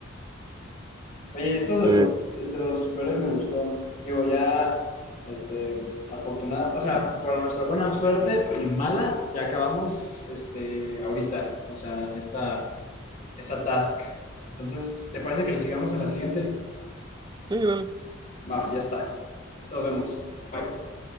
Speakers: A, on the left; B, on the right.
A: Oye, esto
B: Sí,
A: de los, de los superhéroes me gustó. Digo, ya, este, afortunada, o sea, por nuestra buena suerte y mala, ya acabamos, este, ahorita, o sea, esta, esta task. Entonces, ¿te parece que le sigamos en la siguiente?
B: sí, dale.
A: Va, ya está. Nos vemos. Bye.